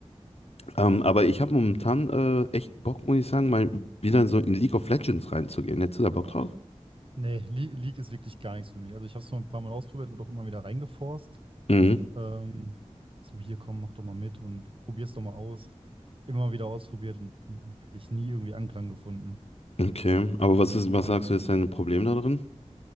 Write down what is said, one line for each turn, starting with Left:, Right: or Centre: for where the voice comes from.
Left: Ähm, aber ich habe momentan äh, echt Bock, muss ich sagen, mal wieder so in League of Legends reinzugehen. Hättest du da Bock
Right: Boah.
Left: drauf?
Right: Nee, Le League ist wirklich gar nichts für mich. Also, ich habe es mal ein paar Mal ausprobiert, wurde auch immer wieder reingeforst.
Left: Mhm.
Right: Ähm, so, hier komm, mach doch mal mit und probier's doch mal aus. Immer wieder ausprobiert und wirklich nie irgendwie Anklang gefunden.
Left: Okay. Aber
Right: Also,
Left: was ist,
Right: immer.
Left: was sagst du, ist dein Problem da drin?